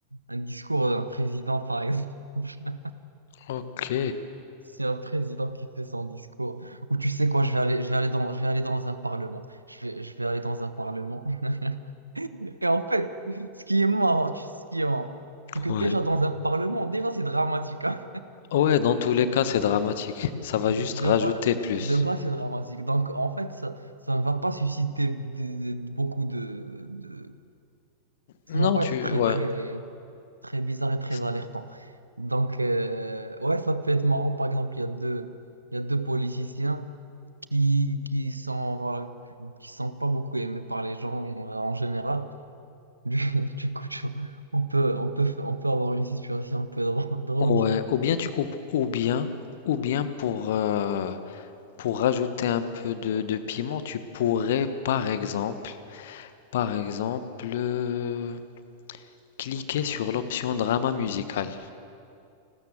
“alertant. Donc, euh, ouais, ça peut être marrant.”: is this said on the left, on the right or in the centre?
Right